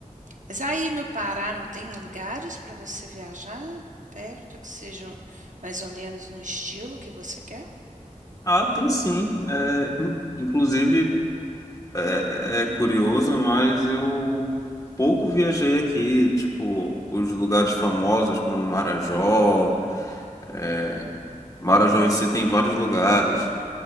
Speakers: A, on the right; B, on the left.
A: Mas aí no Pará não tem lugares para você viajar perto que sejam mais ou menos no estilo que você quer?
B: Ah, tem sim. É, in- inclusive, é, é curioso, mas eu pouco viajei aqui. Tipo, os lugares famosos como Marajó. é, Marajó em si tem vários lugares.